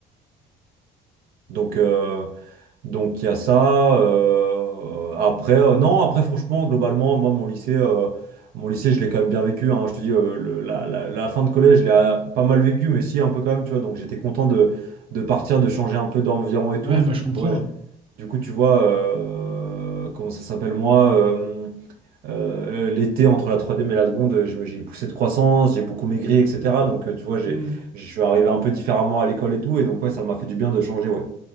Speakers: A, on the right; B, on the right.
A: Donc, euh, Donc il y a ça. euh, après, euh, non, après franchement, globalement, moi mon lycée, euh, mon lycée, je l'ai quand même bien vécu. hein. je te dis, euh, le- la, la- la fin de collège, je l'ai euh, pas mal vécu, mais si un peu quand même, tu vois. Donc j'étais content de, de partir, de changer un peu d'environ et
B: Ouais,
A: tout. Surtout
B: bah, je comprends.
A: que, ouais,
B: hein.
A: du coup, tu vois, euh, comment ça s'appelle moi, euh, euh, l'été entre la troisième et la seconde, je me- j'ai poussé de croissance, j'ai beaucoup maigri, etc. Donc euh, tu vois, j'ai,
B: Hmm.
A: je suis arrivé un peu différemment à l'école et tout, et donc ouais, ça m'a fait du bien de changer, ouais.